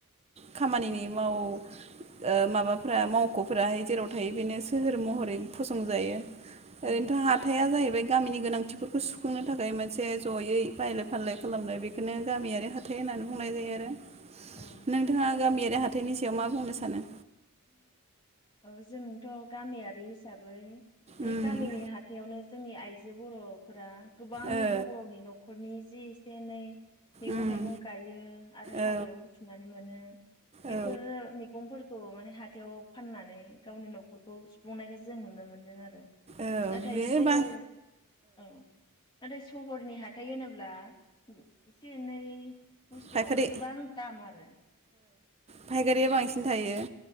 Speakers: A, on the right (about 30°); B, on the left (about 20°).
A: खामानिनि माव ओ माबाफ्रा मावख'फ्राहाय जेराव थायो बेनो सोहोर महरै फसंजायो।
B: औ
A: ओरैनोथ' हाथाया जाहैबाय गामिनि गोनांथिफोरखौ सुफुंनो थाखाय मोनसे जयै बायलाय फानलाय खालामनाय बेखोनो गामियारि हाथाय होननानै बुंनाय जायो आरो।
B: औ
A: नोंथांङा गामियारि हाथ थायनि सायाव मा बुंनो सानो?
B: औ जोंथ' गामियारि हिसाबै बे
A: उम
B: गामिनि हाथायावनो जोंनि आइज जे बर'फोरा गोबां
A: ओ
B: गावबा गावनि न'खरनि जि एसे एनै मैगं
A: उम
B: थाइगं गायो आरो हाग्रायाव
A: औ
B: बुथुमनानै मोनो बेफोरो
A: औ
B: मैगंफोर औ माने हाथायाव फाननानै गावनि न'खरखौ सुफुंनायखो जों नुनो मोन्दों आरो।
A: औ
B: नाथाय
A: बे
B: सहर
A: बा
B: औ नाथाय सहरनि हाथाइ होनोब्ला। एसे एनै बुस्थुआवनो
A: फायखारि
B: गोबां दाम आरो।
A: फायगारिया बांसिन थायो।